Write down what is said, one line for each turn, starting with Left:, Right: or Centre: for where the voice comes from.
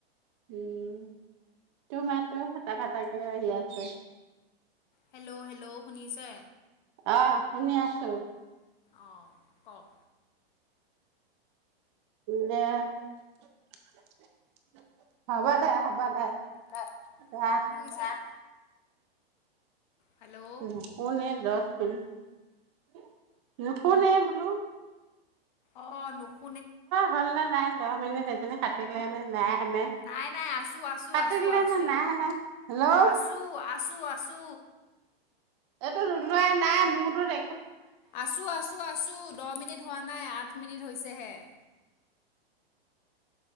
Right: উম তোৰ মাতো ফটা ফটাকে আহি আছে
Left: হেল্ল' হেল্ল' শুনিছে
Right: আহ শুনি আছো
Left: অঁ কওক
Right: দে <unintelligible> হব দে হব দে
Left: <unintelligible>
Right: ৰাখ
Left: কি কৰিছা <inaudible> হেল্ল'
Right: উম পুন এই উম <inaudible> নোশুনেই বোলো
Left: অ নোশুনে
Right: হল নে নাই দহ মিনিট এজনী কাটিলে নে নাই হেনে
Left: নাই নাই আছো আছো
Right: কাটিলে
Left: আছো আছো
Right: নে নাই হেনে হেল্ল'
Left: আছো আ আছো আছো
Right: এইটো লোৱাই নাই মোৰতো
Left: আছো আছো আছো দহ মিনিট হোৱা নাই আঠ মিনিট হৈছে দে <inaudible>